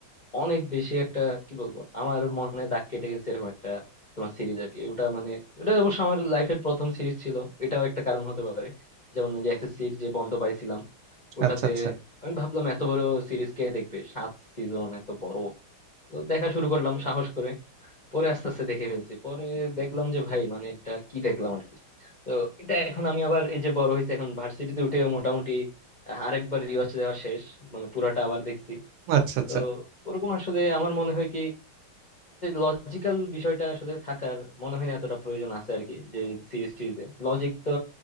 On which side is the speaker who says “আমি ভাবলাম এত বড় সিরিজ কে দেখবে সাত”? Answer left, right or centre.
Left